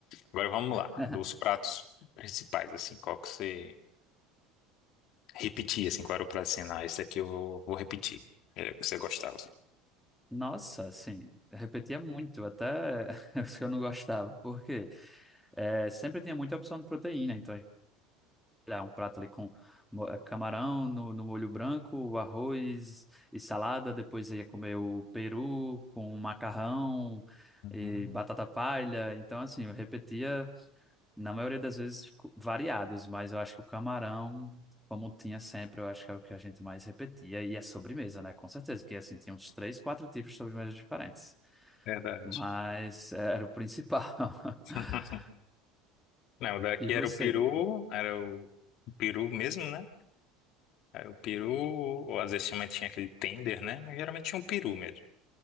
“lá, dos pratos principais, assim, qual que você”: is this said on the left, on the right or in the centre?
Left